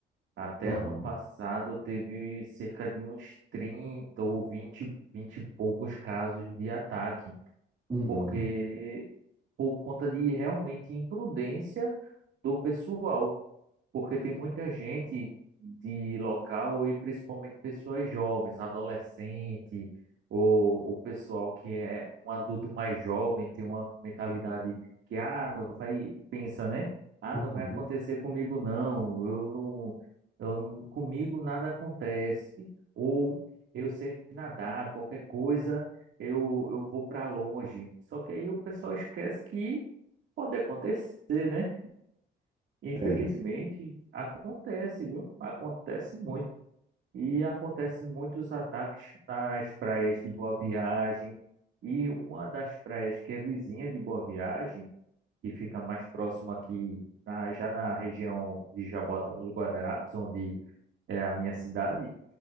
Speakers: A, on the right; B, on the right.
A: Até
B: Aham.
A: ano passado teve cerca de uns 30 ou 20, 20 e poucos casos de ataque,
B: Uhum.
A: porque por conta de realmente imprudência do pessoal. porque tem muita gente de local e principalmente pessoas jovens, adolescente ou o pessoal que é um adulto mais jovem, tem uma mentalidade que ah, não vai, pensa, né? Ah,
B: Uhum.
A: não vai acontecer comigo não. Eu não, eu não- comigo nada acontece. Ou eu sei nadar, qualquer coisa, eu eu vou para longe. Só que aí o pessoal esquece que pode acontecer, né? Infelizmente,
B: É.
A: acontece, viu? Acontece muito. E acontecem muitos ataques nas praias de Boa Viagem. E uma das praias que é vizinha de Boa Viagem, que fica mais próxima aqui, na- já na região de Jabotão dos Guararapes, onde é a minha cidade,